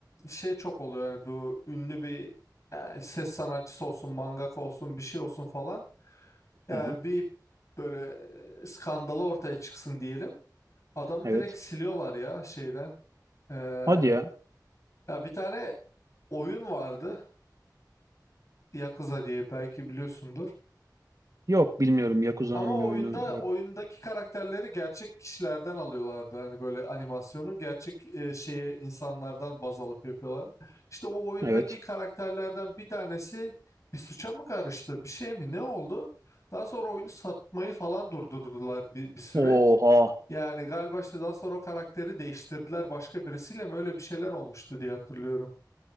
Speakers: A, on the left; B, on the right.
A: şey çok oluyor yani bu ünlü bir yani ses sanatçısı olsun, mangaka olsun, bir şey olsun falan. Yani
B: Aha,
A: bir böyle e, skandalı ortaya çıksın diyelim. Adamı
B: evet.
A: direkt siliyorlar ya şeyden. Ee,
B: Hadi ya.
A: ya bir tane oyun vardı Yakuza diye belki biliyorsundur.
B: Yok bilmiyorum. Yakuza'nın
A: Ama oyunda
B: bir oyunu yok.
A: oyundaki karakterleri gerçek kişilerden alıyorlardı. Hani böyle animasyonu gerçek e, şeye insanlardan baz alıp yapıyorlar. İşte o oyundaki
B: Evet.
A: karakterlerden bir tanesi bir suça mı karıştı, bir şey mi, ne oldu? Daha sonra oyunu satmayı falan durdurdular bir, bir süre.
B: Oha.
A: Yani galiba işte daha sonra o karakteri değiştirdiler başka birisiyle mi öyle bir şeyler olmuştu diye hatırlıyorum.